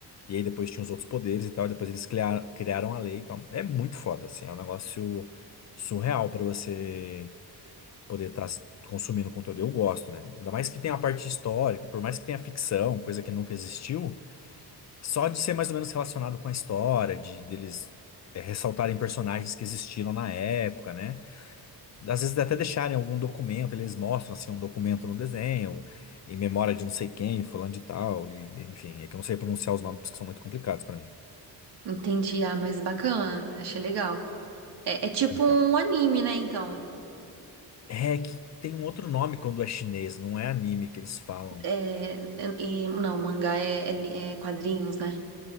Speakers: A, on the left (about 45°); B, on the right (about 80°).
A: E aí depois tinha os outros poderes e tal, e depois eles clia- criaram a lei e tal. É muito foda, assim, é um negócio surreal pra você poder estar consumindo conteúdo. Eu gosto, né? Ainda mais que tem a parte histórica, por mais que tenha ficção, coisa que nunca existiu, só de ser mais ou menos relacionado com a história, de deles é, ressaltarem personagens que existiram na época, né? Às vezes até deixarem algum documento, eles mostram assim um documento no desenho, em memória de não sei quem, falando de tal, e enfim, é que eu não sei pronunciar os nomes que são muito complicados pra mim.
B: Entendi. Ah, mas bacana, achei legal. É, é tipo
A: Então,
B: um anime, né? Então,
A: É que tem um outro nome quando é chinês, não é anime que eles falam.
B: é, é- e, não, mangá é, é li- é quadrinhos, né?